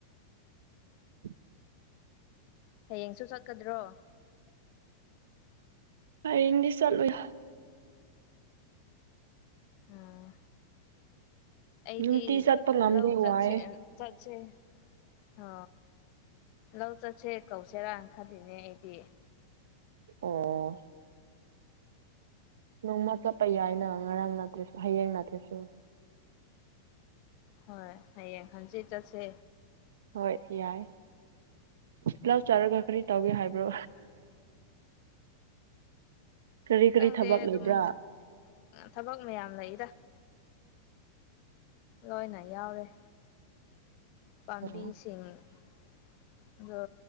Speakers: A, on the right; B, on the left.
A: ꯑꯟꯑꯣꯗꯤꯕꯜ
B: ꯍꯌꯦꯡꯁꯨ ꯆꯠꯀꯗ꯭ꯔꯣ
A: ꯍꯥꯌꯦꯡꯗꯤ ꯆꯠꯂꯣꯏ
B: ꯎꯝ ꯑꯩꯗꯤ
A: ꯅꯨꯡꯇꯤ ꯆꯠꯄ ꯉꯝꯗꯦ
B: ꯂꯧ ꯆꯠꯁꯦ
A: ꯋꯥꯏꯑꯦ
B: ꯑꯦ ꯆꯠ ꯁꯦ ꯑ ꯂꯧ ꯆꯠꯁꯦ ꯀꯧꯁꯦꯔꯥ ꯈꯜꯂꯤꯅꯦ ꯑꯩꯗꯤ꯫
A: ꯑꯣ ꯅꯣꯡꯃ ꯆꯠꯄ ꯌꯥꯏꯅ ꯉꯔꯥꯡ ꯅꯠꯇ꯭ꯔꯁꯨ ꯍꯌꯦꯡ ꯅꯠꯇ꯭ꯔꯁꯨ
B: ꯍꯣꯏ ꯍꯌꯦꯡ ꯈꯟꯁꯦ ꯆꯠꯁꯦ
A: ꯍꯣꯏ ꯌꯥꯏ ꯂꯞ ꯆꯥꯔꯒ ꯀꯔꯤ ꯇꯧꯒꯦ ꯍꯥꯏꯕ꯭ꯔꯣ ꯀꯔꯤ ꯀꯔꯤ
B: ꯈꯪꯗꯦ
A: ꯊꯕꯛ
B: ꯑꯗꯨꯝ
A: ꯂꯩꯕ꯭ꯔꯥ
B: ꯊꯕꯛ ꯃꯌꯥꯝ ꯂꯩꯗ ꯂꯣꯏꯅ ꯌꯥꯎꯔꯦ ꯄꯥꯝꯕꯤꯁꯤꯡꯗ
A: ꯑꯣ